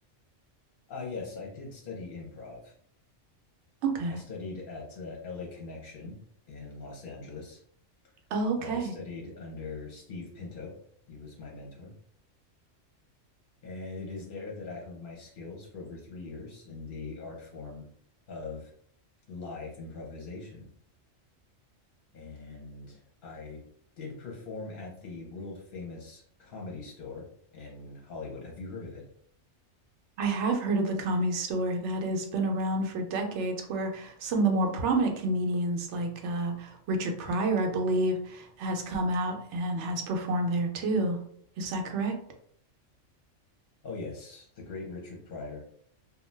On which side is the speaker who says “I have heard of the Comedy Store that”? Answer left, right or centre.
Right